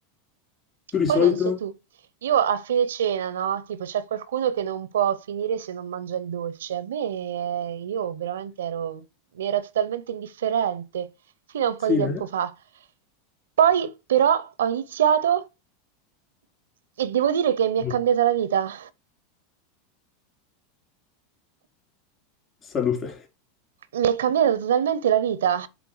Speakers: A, on the left; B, on the right.
A: Tu di solito?
B: Poi non so tu, io a fine cena, no? Tipo, c'è qualcuno che non può finire se non mangia il dolce. A me, eh, io veramente ero, mi era totalmente indifferente fino a un po'
A: Sì,
B: di tempo
A: eh?
B: fa. Poi, però, ho iniziato e devo dire che mi
A: No.
B: è cambiata la vita.
A: Salute.
B: Mi è cambiata totalmente la vita.